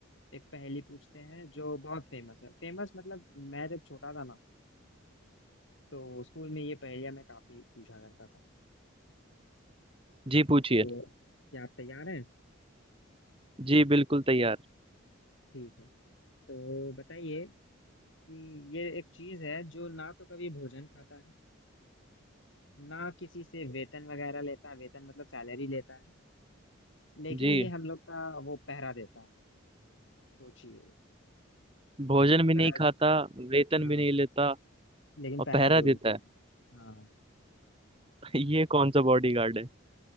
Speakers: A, on the left; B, on the right.
A: एक पहेली पूछते हैं जो बहुत फेमस है फेमस मतलब मैं जब छोटा था ना तो स्कूल में ये पहेलियां मैं काफी पूछा करता था
B: जी पूछिए
A: तो क्या आप तैयार हैं
B: जी बिल्कुल तैयार
A: ठीक है तो बताइए कि ये एक चीज है जो ना तो कभी भोजन खाता है ना किसी से वेतन वगैरह लेता है वेतन मतलब सैलरी लेता है लेकिन
B: जी
A: भी हम लोग का वो पहरा देता है सोचिए
B: भोजन
A: मतलब
B: भी नहीं
A: ऐसा
B: खाता वेतन
A: हाँ
B: भी नहीं लेता
A: लेकिन
B: और
A: पहरा
B: पहरा
A: जरूर
B: देता
A: देता
B: है
A: है हाँ
B: <laughs> ये कौन सा बॉडी गार्ड है